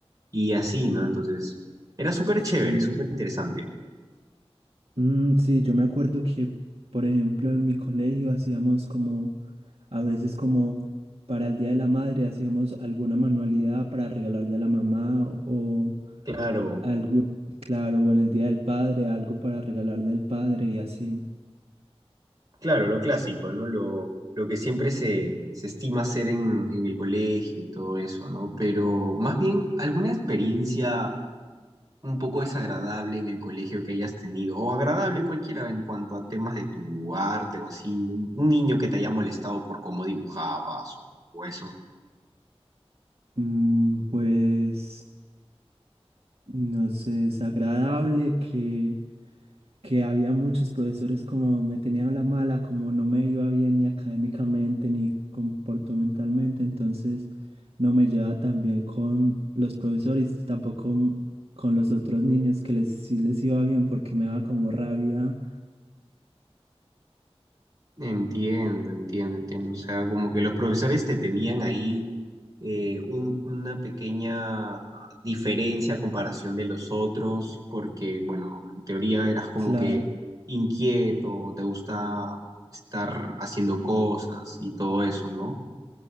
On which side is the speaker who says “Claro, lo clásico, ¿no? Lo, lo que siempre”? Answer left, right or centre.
Right